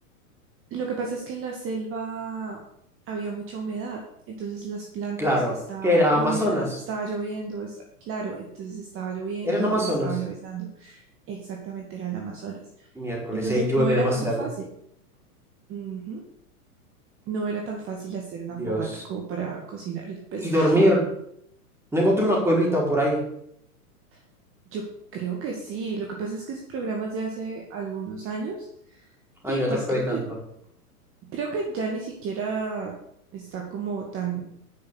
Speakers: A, on the right; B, in the centre.
A: Lo que pasa es que en la selva había mucha humedad, entonces las plantas
B: Claro,
A: estaban
B: que era
A: húmedas,
B: Amazonas.
A: estaba lloviendo, esta- claro, entonces estaba lloviendo
B: Eran Amazonas.
A: o estaba lloviznando. Exactamente era el Amazonas.
B: Miércoles,
A: Entonces
B: ahí llueve
A: no era
B: demasiado.
A: tan fácil. Ujú. No era tan fácil hacer una
B: Dios.
A: fogata como para cocinar el pescado.
B: Y dormir. No encontré una cuevita o por ahí.
A: <laughs> Yo creo que sí. Lo que pasa es que ese programa es de hace algunos años
B: Ay,
A: y
B: no
A: pues
B: te acordé
A: creo
B: tanto.
A: que creo que ya ni siquiera está como tan